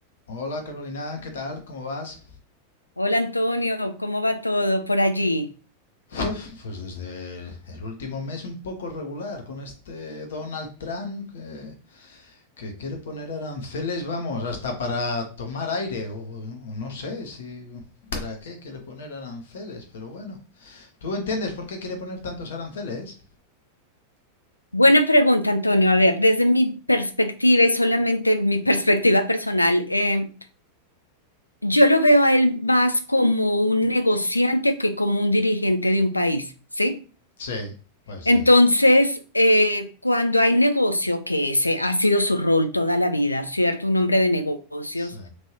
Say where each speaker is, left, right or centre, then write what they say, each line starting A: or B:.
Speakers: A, on the left (about 60°); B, on the left (about 85°).
A: Hola Carolina, ¿qué tal? ¿Cómo vas?
B: Hola Antonio, ¿cómo va todo por allí?
A: Uf, Pues desde el, el último mes un poco regular con este Donald Trump que, que quiere poner aranceles, vamos, hasta para tomar aire o, o no sé si para qué quiere poner aranceles, pero bueno. ¿Tú entiendes por qué quiere poner tantos aranceles?
B: Buena pregunta, Antonio. A ver, desde mi perspectiva y solamente mi <laughs> perspectiva personal, eh, yo lo veo a él más como un negociante que como un dirigente de un país, ¿sí?
A: Sí, puede ser.
B: Entonces, eh, cuando hay negocio, que ese ha sido su rol toda la vida, ¿cierto? Un hombre de negocios,
A: Sí,